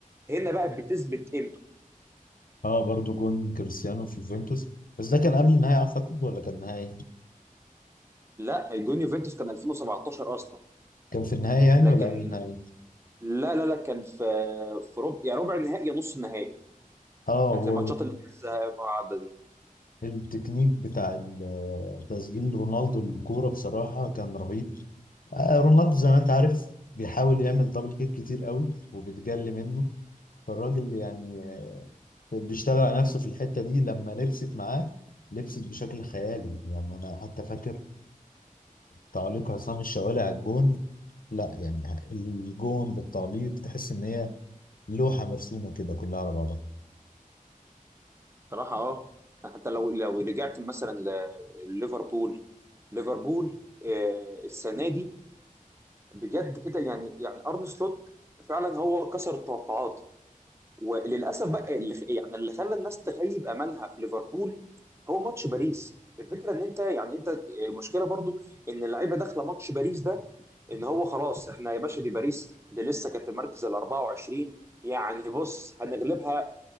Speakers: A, on the right; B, on the left.
A: هنا بقى بتثبت قيمته
B: اه برضو جون كريستيانو في يوفنتوس بس ده كان قبل النهاية أعتقد ولا كان نهائي؟
A: لا جون يوفنتوس كان 2017 اصلا
B: كان في النهاية يعني
A: لكن
B: ولا قبل النهاية؟
A: لا لا لا كان في في ربع يا ربع نهائي يا نص نهائي
B: اه
A: كانت
B: هو
A: الماتشات اللي لسه بعد دي
B: التكنيك بتاع ال- تسجيل رونالدو الكورة بصراحة كان رهيب آه رونالدو زي ما أنت عارف بيحاول يعمل دبل كيك كتير قوي وبتجلي منه فالراجل يعني آه، بيشتغل على نفسه في الحتة دي لما لبست معاه لبست بشكل خيالي يعني أنا حتى فاكر تعليق عصام الشوالي على الجون لا يعني الجون بالتعليق تحس ان هي لوحة مرسومة كده كلها على بعضها
A: صراحه اه حتى لو لو رجعت مثلا ل- لليفربول ليفربول آه، السنه دي بجد كده يعني يعني ارن سلوت فعلا هو كسر التوقعات وللاسف بقى اللي يعني اللي خلى الناس تخيب املها في ليفربول هو ماتش باريس الفكره ان انت يعني انت آه، مشكله برضو ان اللعيبه داخله ماتش باريس ده ان هو خلاص احنا يا باشا دي باريس دي لسه كانت المركز ال 24 يعني بص هنغلبها